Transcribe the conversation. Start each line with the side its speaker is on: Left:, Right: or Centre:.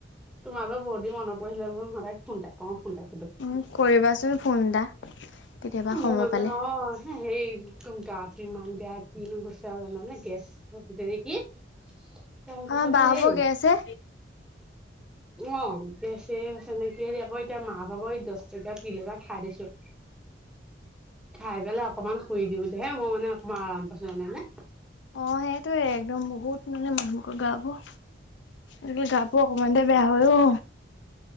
Centre: তোমালৈ বহুত দিন মনত পহিলে বোন সদাই ফোনটাক কও ফোনটাক
Left: উ কৰিবাচোন ফোন এটা। কেতিয়াবা সময়
Centre: মোৰ মানে
Left: পালে
Centre: অহ সেই কম গাটো ইমান বেয়া কিনো হৈছে। চাহ বনাওনে গেছ অলপ আছে নেকি তাৰ
Left: আমাৰ
Centre: পিছতে
Left: বা
Centre: হেই
Left: হতৰ গেছ হে
Centre: অ গেছেই হৈছে নেকি আকৌ এতিয়া মাহ ভাগৰ দহ টকীয়া পিল এটা খাই দিছো। খাই পেলাই অকনমান শুই দিওতে হে মই মানে অকমান আৰাম পাইছো জানে নে
Left: অ সেইটোয়ে একদম বহুত মানে গা বোৰ আজি গা বোৰ অকনমানতে বেয়া হয় অ।